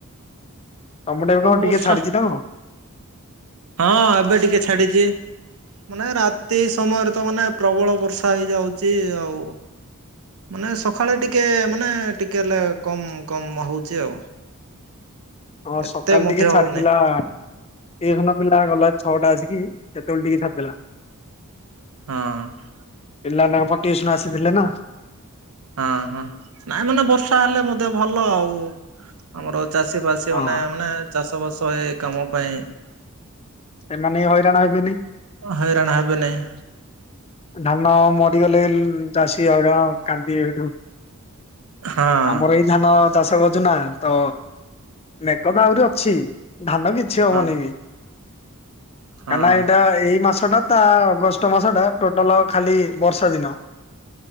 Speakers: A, on the left (about 25°); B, on the right (about 70°).
A: ତମ ଟାକୁ
B: ଆଉ
A: କଣ
B: ବର୍ଷା
A: ଟିକେ ଛାଡିଛି ନା କଣ?
B: ହଁ ଏବେ ଟିକେ ଛାଡିଛି। ମାନେ ରାତି ସମୟରେ ତ ମାନେ ପ୍ରବଳ ବର୍ଷା ହେଇଯାଉଛି ଆଉ। ମାନେ ସଖାଳେ ଟିକେ ମାନେ ଟିକେ ହେଲେ କମ କମ ହଉଛି ଆଉ।
A: ହଁ
B: ଏତେ
A: ସକାଳେ
B: ମଧ୍ୟ
A: ଟିକେ ଛାଡିଥିଲା
B: ହଉନି
A: ଏଇ ଖିନା ପିଲା ଗଲା ଛଅଟା ଆସିକି ସେତେବେଳେ ଟିକେ ଛାଡିଥିଲା।
B: ହଁ।
A: ପିଲାମାନେ ଆମର ଟିଉସନ ରୁ ଆସିଥିଲେ ନା।
B: ହଁ ହଁ ନାଇଁ ମାନେ ବର୍ଷା ହେଲେ ମଧ୍ୟ ଭଲ ଆଉ। ଆମର ଚାଷୀ ଫାଷୀ
A: ହଁ
B: ମାନେ ମାନେ ଚାଷ ବାସ ଏଇ କାମ ପାଇଁ
A: ସେମାନେ ହଇରାଣ ହେବେନି।
B: <unintelligible> ହଇରାଣ ହେବେ ନାହିଁ।
A: ଧାନ ମରିଗଲେ ଚାଷୀ ହଇରାଣ କାନ୍ଦିବେ ହେଠୁ।
B: ହଁ
A: ଆମର ଏ ଧାନ ଚାଷ କରୁଛୁ ନା ତ ମେଘ ତ ଆହୁରି ଅଛି ଧାନ ବି ଛି ହବନି
B: ହଁ
A: ବି
B: ହଁ
A: କାଇଁ ନା ଏଇଟା ଏଇ ମାସଟା ତା ଅଗଷ୍ଟ ମାସଟା ଟୋଟାଲ ଖାଲି ବର୍ଷା ଦିନ।